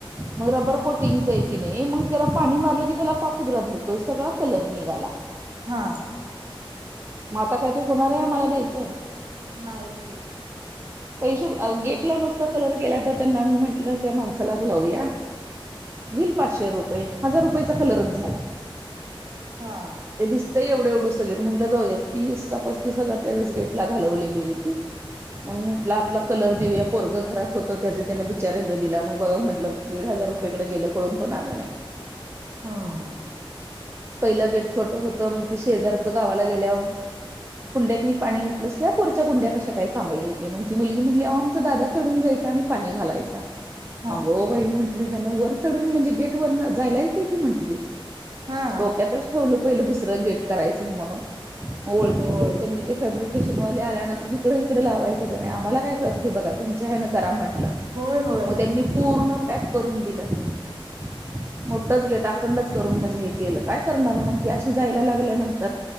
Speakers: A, on the right; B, on the right.
A: मग रबर कोटिंगच आहे की नाही मग त्याला पाणी मारलं कि त्याला पापुद्रा धरतोय सगळा कलर निघाला
B: हा
A: मग आता काय ते होणार आहे मला द्यायचं
B: नाईचके
A: पैसे गेटला नुसता कलर गेला तर त्यांना मी म्हंटलं त्या माणसालाच लावूया घेल पाचशे रुपये हजार रुपयेचा कलरच झाला
B: हा
A: ते दिसतंय एवढं एवढं सगळे म्हटलं जाऊद्या तीस का पस्तीस हजार त्या वेळेस गेट ला घालवलेली आहे ती मग म्हटलं आपला कलर देऊया पोरगं घरात होत त्याच त्याना बिचाराला दिला मग बघा म्हंटलं दीड हजार रुपयेकडे गेलं कळून पण आलं नाही
B: हम्म
A: पहिलं गेट छोटं होतं मग ती शेजारचं गावाला गेल्या कुंड्यात पाणी घातलं असल्या पुरच्या कुंड्या कशा काही चांगल्या येते मग ती मुलगी म्हटली आमचा दादा चढून जायच आणि पाणी घालायचा
B: हा
A: अगोबाई म्हण वर चढून म्हणजे गेट वर जायला येते की म्हंटली
B: हा
A: डोक्यातच ठेवलं पहिलं दुसरं गेट करायचं म्हणून मग ओळखीत
B: होय
A: त्यांनी ते फॅब्रिक स्टेशनवाले आल्यांतर इकडे इकडे लावायचं का नाही आम्हाला काय कळत हे बघा तुमच्या करा म्हट
B: होय होय
A: मग त्यांनी पूर्ण पॅक करून दिलं <unintelligible> मोठच घेटाखंडच करून म्हणजे हे केलं काय करणार मगशी जायला लागल्यानंतर